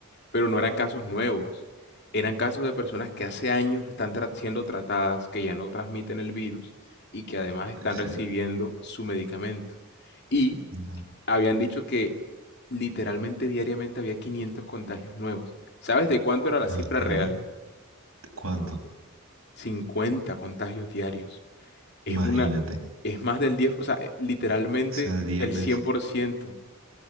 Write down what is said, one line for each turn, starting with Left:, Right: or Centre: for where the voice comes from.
Left: pero no eran casos nuevos. Eran casos de personas que hace años están tra- siendo tratadas, que ya no transmiten el virus y que además
Right: No puede
Left: están
Right: ser.
Left: recibiendo su medicamento. Y
Right: No.
Left: habían dicho que Literalmente diariamente había 500 contagios nuevos. ¿Sabes de cuánto era la
Right: Ajá.
Left: cifra real?
Right: ¿Cuánto?
Left: 50 contagios diarios. Es
Right: Imagínate.
Left: una, es más del 10, o sea, eh, literalmente
Right: O sea, 10
Left: el
Right: veces.
Left: 100%.